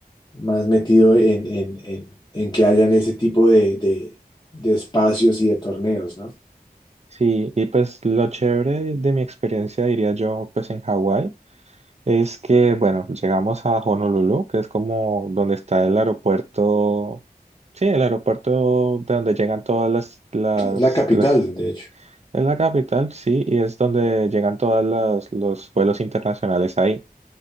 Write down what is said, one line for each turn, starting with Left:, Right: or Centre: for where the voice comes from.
Left: más metido en, en- en- en que hayan ese tipo de, de- de espacios y de torneos, ¿no?
Right: Sí, y pues lo chévere de mi experiencia, diría yo, pues en Hawái, es que, bueno, llegamos a Honolulu, que es como donde está el aeropuerto, sí, el aeropuerto de donde llegan todas las, las,
Left: Sí, La capital,
Right: las,
Left: de hecho.
Right: es la capital, sí, y es donde llegan todas las, los vuelos internacionales ahí.